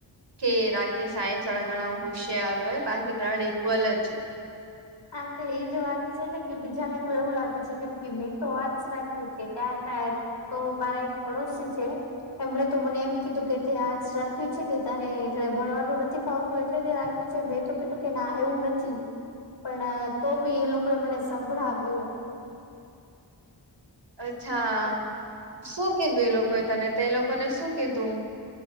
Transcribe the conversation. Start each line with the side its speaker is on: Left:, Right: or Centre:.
Right: કે રાકે સાયન્સ ઘણા હુશયારો હોય બાકી ત્રણ ઇક્વલ જ છે.
Left: હા તો એ જ વાત છે ને કે બીજાને તો એવું લાગે છે કેમ કે મે તો આર્ટસ જ રાખ્યું છે તાર તો મારા એક પડોશી છે. એમણે તો મને એમ કીધું કે તે આર્ટસ રાખ્યું છે કે તને એટલે ભણવાનું નથી ફાવતું એટલે રાખ મેં તો કીધું કે ના એવું નથી પણ તો બી એ લોકો એ મને સંભળાવ્યું
Right: અચ્છા શું કીધું એ લોકોએ તને તે લોકોને શું કીધું.